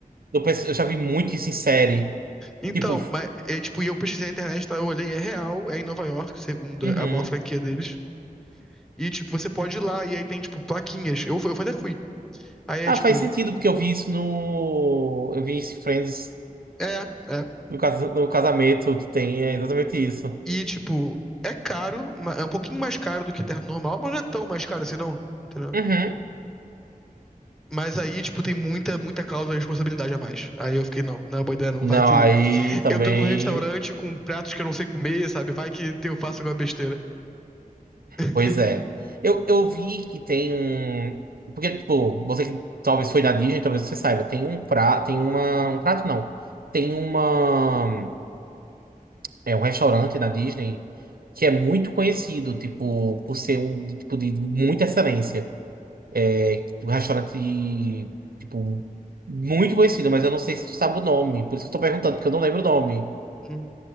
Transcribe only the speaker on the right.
no. pes- Eu já vi muito isso em série.
Tipo,
uhum.
Ah,
faz sentido, porque eu vi isso no. Eu vi isso em Friends.
No, cas- no casamento que tem, é exatamente isso.
Uhum.
Não,
aí também.
Pois é. Eu, eu vi que tem um. Porque, tipo, você que talvez foi na Disney, talvez você saiba. Tem um prato. Tem uma. Um prato não. Tem uma. É um restaurante na Disney que é muito conhecido, tipo, por ser um de- tipo de muita excelência. É tipo, um restaurante, tipo, muito conhecido, mas eu não sei se tu sabe o nome. Por isso que eu tô perguntando, porque eu não lembro o nome.